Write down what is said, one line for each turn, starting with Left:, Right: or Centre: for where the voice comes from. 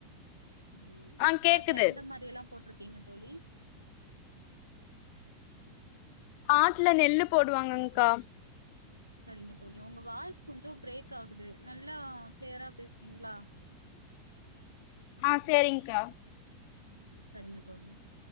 Right: உம்
Left: ஆ
Right: காட்ல
Left: கேக்குது
Right: எந்த மாதிரி எல்லா போட்டிருக்கீங்க தோழி
Left: ஆட்டுல நெல்லு போடுவாங்கக்கா
Right: சரிங்க தோழி உங்க வாய்ஸ் கொஞ்சோ பிரேக் ஆகுது நல்லா கிளியரா பேசுவிங்ளா
Left: ஆ சேரிங்க்கா
Right: உம் சரிங்க தோழி